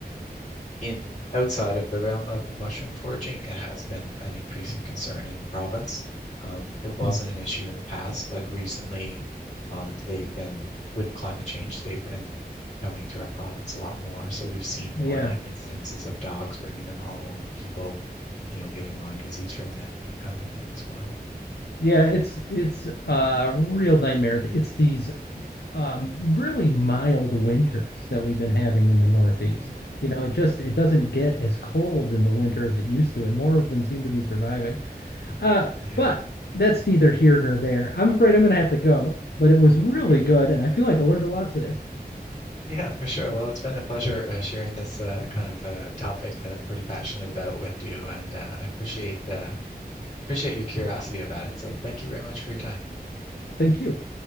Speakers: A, on the left (about 45°); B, on the left (about 80°).
A: in outside of the realm of mushroom foraging, it has been an increasing concern in the province. Um, it wasn't
B: Mm.
A: an issue in the past, but recently um, they've been, with climate change, they've been coming to our province a lot more. So we've seen more
B: Yeah.
A: like incidences of dogs bringing them home and people, you know, getting Lyme disease from them, that kind of a thing as well.
B: Yeah, it's it's a real nightmare. It's these um, really mild winters that we've been having in the Northeast.
A: Mm,
B: You know, it just it doesn't get as cold in the winter as it used to, and more of them seem to be surviving. Uh,
A: yeah.
B: but that's neither here nor there. I'm afraid I'm gonna have to go, but it was really
A: Okay.
B: good, and I feel like I learned a lot today.
A: Yeah, for sure. Well, it's been a pleasure uh, sharing this uh, kind of uh, topic that I'm pretty passionate about with you, and uh, I appreciate uh, Appreciate your curiosity about it. So thank you very much for your time.
B: Thank you.